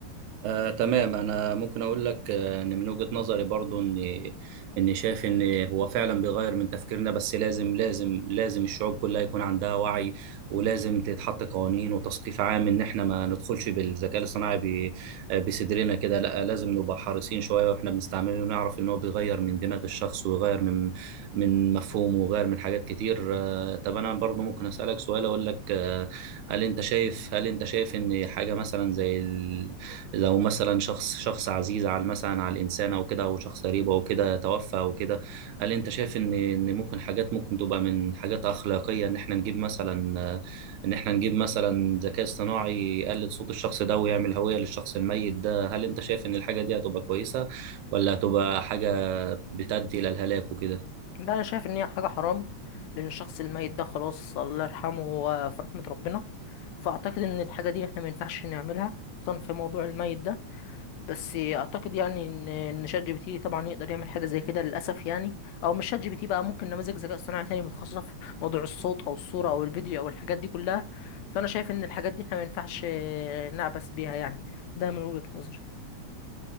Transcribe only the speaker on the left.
لا انا شايف ان هي حاجه حرام لان الشخص الميت ده خلاص الله يرحمه هو في رحمه ربنا فاعتقد ان الحاجه دي احنا ما ينفعش نعملها خصوصا في موضوع الميت ده بس اعتقد يعني ان ان شات جي بي تي طبعا يقدر يعمل حاجه زي كده للاسف يعني او مش شات جي بي تي بقى ممكن نماذج ذكاء اصطناعي تاني متخصصه في موضوع الصوت او الصوره او الفيديو او الحاجات دي كلها فانا شايف ان الحاجات دي احنا ما ينفعش نعبث بيها يعني ده من وجهه نظري